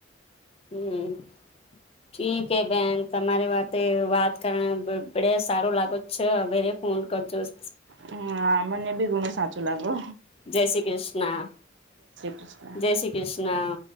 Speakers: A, on the left; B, on the right.
A: હમ. ઠીક હે બેન તમારી વાતે વાત કર બ સારું લાગે અચછા મેરે ફહોન કો ચૂસ
B: હ મને બી ગુંનું સાચું લાગો.
A: જય શ્રી કૃષ્ણ
B: કૃષ્ણ.
A: જય શ્રી કૃષ્ણા